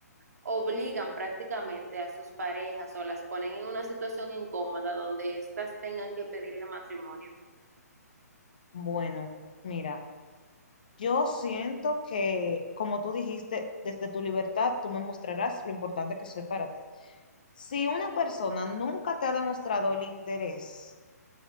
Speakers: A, on the right (about 60°); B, on the left (about 30°).
A: obligan prácticamente a sus parejas o las ponen en una situación incómoda donde éstas tengan que pedirle matrimonio.
B: Bueno, mira, yo siento que, como tú dijiste, desde tu libertad tú me mostrarás lo importante que soy para ti. Si una persona nunca te ha demostrado el interés